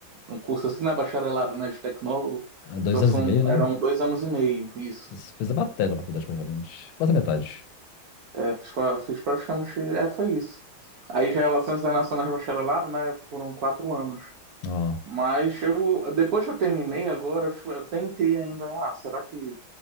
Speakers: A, on the right; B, on the left.
A: um curso assim, né? Bacharelado, né? De tecnólogo.
B: Há dois
A: Então são,
B: anos e meio, né?
A: eram dois anos e meio, isso.
B: Fiz, fiz a matéria da faculdade, praticamente. Quase a metade.
A: É, fiz, pra- fiz praticamente. É, foi isso. Aí já Relações Internacionais Bacharelado, né? Foram quatro anos.
B: Ó,
A: Mas eu, depois que eu terminei agora, eu, tipo, eu tentei ainda, ah, será que